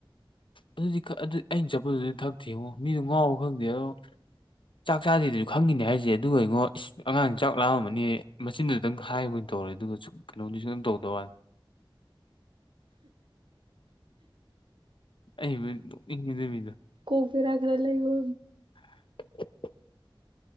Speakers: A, on the left; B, on the right.
A: ꯑꯗꯨꯗꯤ ꯑꯗꯨꯗꯤ ꯑꯩꯅ ꯆꯠꯄꯗꯨꯗꯤ ꯊꯛꯇꯦ ꯌꯦꯡꯉꯣ ꯃꯤꯗꯨ ꯉꯥꯎꯕ ꯈꯪꯗꯦ ꯑꯗꯣ ꯆꯥꯛ ꯆꯥꯗꯦꯗꯁꯨ ꯈꯪꯈꯤꯅꯤ ꯍꯥꯏꯁꯦ ꯑꯗꯨꯒ ꯑꯩꯉꯣ ꯑꯉꯥꯡ ꯆꯥꯛ ꯂꯥꯛꯑꯝꯕꯅꯦ ꯃꯆꯤꯟꯗꯨꯗꯪ ꯍꯥꯏꯕꯅꯤ ꯇꯧꯔꯦ ꯑꯗꯨꯒ ꯀꯩꯅꯣꯅꯤꯁꯨ ꯑꯗꯨꯝ ꯇꯧꯗꯕ ꯋꯥꯅꯤ ꯑꯩꯕꯨ ꯅꯣꯛꯅꯤꯡꯉꯤꯗ ꯃꯤꯗꯣ
B: ꯀꯣꯕꯤ ꯔꯒ꯭ꯔ ꯂꯩ ꯏꯕ
A: <inaudible>